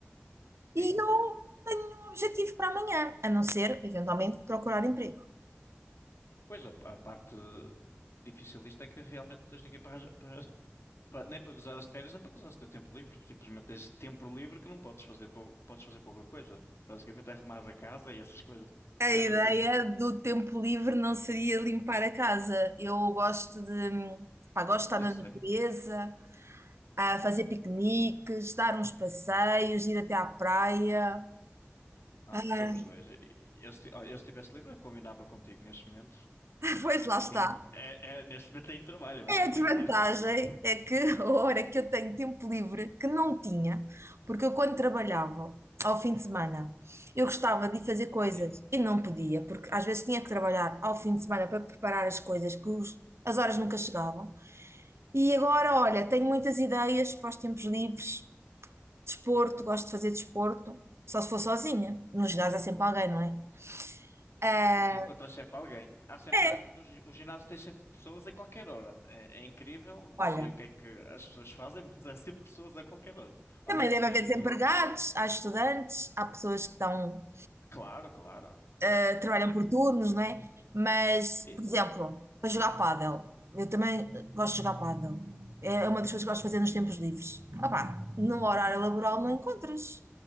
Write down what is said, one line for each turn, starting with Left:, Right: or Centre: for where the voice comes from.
Right: e
Left: sim.
Right: eu não tenho nenhum objetivo para amanhã, a não ser, eventualmente, procurar emprego.
Left: Pois, a, a parte difícil disto é que realmente não tens ninguém para, arranjar- para- <laughs> para- nem para gozar as férias, nem para gozar o teu tempo livre. Simplesmente tens tempo livre que não podes fazer, pou- podes fazer pouca coisa. Basicamente é arrumar a casa e essas coisas <laughs>
Right: A
Left: dentro
Right: ideia
Left: disso, não é?
Right: do tempo livre não seria limpar a casa. Eu gosto de, pá, gosto de estar
Left: Eu
Right: na
Left: sei,
Right: natureza, a fazer piqueniques, dar uns passeios, ir até à praia.
Left: Ah,
Right: Ah,
Left: estamos dois. Eu, se- olha, eu se estivesse livre, eu combinava contigo neste momento.
Right: <laughs> pois lá está.
Left: Tenho, é, é, neste momento tenho trabalho, é mais
Right: É
Left: complicado.
Right: a desvantagem
Left: <laughs>
Right: é que <laughs> a hora que eu tenho tempo livre, que não tinha, porque eu quando trabalhava ao fim de semana, eu gostava de ir fazer coisas
Left: Sim.
Right: e não podia, porque às vezes tinha que trabalhar ao fim de semana para preparar as coisas que os- as horas nunca chegavam. E agora, olha, tenho muitas ideias para os tempos livres, desporto, gosto de fazer desporto, só se for sozinha. No ginásio há sempre alguém, não é? Ah,
Left: Sim, encontras sempre alguém. Há sempre,
Right: é,
Left: há- no gi- o ginásio tem sempre pessoas a qualquer hora. É, é incrível, não
Right: olha,
Left: sei o que é que as pessoas fazem, <laughs> mas há sempre pessoas a qualquer hora.
Right: também
Left: Ao menos
Right: deve
Left: no,
Right: haver
Left: gi-
Right: desempregados,
Left: no-
Right: há estudantes, há pessoas que estão,
Left: Claro, claro.
Right: ah, trabalham por turnos, não é? Mas,
Left: E-
Right: por exemplo, para jogar pádel, eu também gosto de jogar pádel. É uma das coisas que gosto de fazer nos tempos livres. Ah, Opá, no horário laboral não encontras.